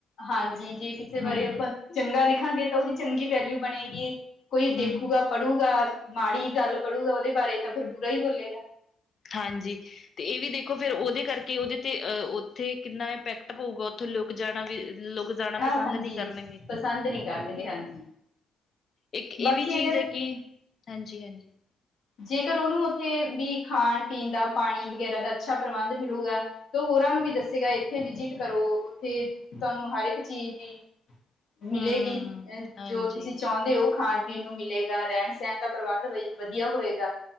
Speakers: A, on the left; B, on the left.
A: ਹਾਂਜੀ ਜੇ ਕਿਸੇ ਬਾਰੇ
B: ਹੂੰ,
A: ਆਪਾਂ ਚੰਗਾ ਲਿਖਾਂਗੇ ਤਾਂ ਉਹਦੀ ਚੰਗੀ ਵੈਲਿਊ ਬਣੇਗੀ, ਕੋਈ ਦੇਖੂਗਾ
B: ਹੂੰ-ਹੂੰ।
A: ਪੜੁਗਾ ਮਾੜੀ ਗੱਲ ਪੜੂਗਾ ਉਹਦੇ ਬਾਰੇ, ਤਾਂ ਫਿਰ ਬੁਰਾ ਹੀ ਬੋਲੇਗਾ
B: ਹਾਂਜੀ ਤੇ ਇਹ ਵੀ ਦੇਖੋ ਫੇਰ ਉਹਦੇ ਕਰਕੇ ਉਹਦੇ ਤੇ ਅਹ ਉੱਥੇ ਕਿੰਨਾ ਇੰਪੈਕਟ ਪਊਗਾ ਉੱਥੇ ਲੁਕ ਜਾਣਾ ਵੀ ਲੁਕ ਜਾਣਾ ਪਸੰਦ
A: ਹਾਂਜੀ
B: ਨਹੀਂ ਕਰਨਗੇ
A: ਪਸੰਦ ਨਹੀਂ ਕਰਨਗੇ ਹਾਂਜੀ
B: ਇੱਕ ਇਹ
A: ਬਾਕੀ
B: ਵੀ ਚੀਜ਼
A: ਅਗਰ
B: ਹੈ ਕਿ, ਹਾਂਜੀ- ਹਾਂਜੀ
A: ਜੇਕਰ ਉਹਨੂੰ ਉੱਥੇ ਵੀ ਖਾਣ ਪੀਣ ਦਾ ਪਾਣੀ ਵਗੈਰਾ ਦਾ ਅੱਛਾ ਪ੍ਰਬੰਧ ਮਿਲੂਗਾ ਤੇ ਹੋਰਾਂ ਨੂੰ ਵੀ ਦੱਸੇਗਾ, ਇੱਥੇ ਵਿਜਿਟ ਕਰੋ, ਉੱਥੇ ਤੁਹਾਨੂੰ ਹਰ ਇੱਕ ਚੀਜ਼ ਦੀ ਮਿਲੇਗੀ,
B: ਹੂੰ
A: ਅ
B: ਹਾਂਜੀ
A: ਜੋ ਤੁਸੀਂ ਚਾਹੁੰਦੇ ਹੋ ਖਾਣ ਨੂੰ ਮਿਲੇਗਾ, ਰਹਿਣ ਸਹਿਣ ਦਾ ਪ੍ਰਬੰਧ ਵ ਵਧੀਆ ਹੋਏਗਾ,